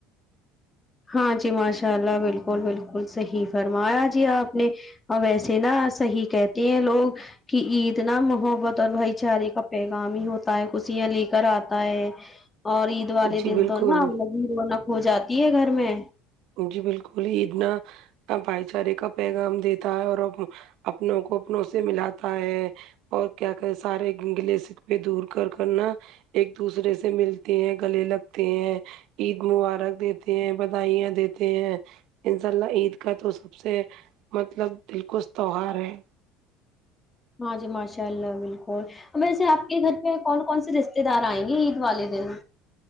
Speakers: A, on the left (about 20°); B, on the right (about 65°).
A: ہاں جی ماشاء اللہ بالکل بالکل صحیح فرمایا جی آپ نے اور ویسے نا صحیح کہتے ہیں لوگ کہ عید نا محبت اور بھائی چارے کا پیغام ہی ہوتا ہے خوشیاں لے کر آتا ہے اور عید والے
B: جی
A: دن
B: بالکل
A: تو نای رونق ہو جاتی ہے گھر میں
B: جی بالکل ہی اتنا بھائی چارے کا پیغام دیتا ہے اور اپنوں کو اپنوں سے ملاتا ہے اور کیا کہ سارے گلے سک پے دور کر کرنا ایک دوسرے سے ملتے ہیں گلے لگتے ہیں عید مبارک دیتے ہیں بدھائیاں دیتے ہیں ان شاء اللہ عید کا تو سب سے مطلب دلکش تیوار ہے
A: ہاں جی ماشاء اللہ بالکل ویسے آپ کے گھر پہ کون کون سے رشتے دار آئیں گے عید والے دن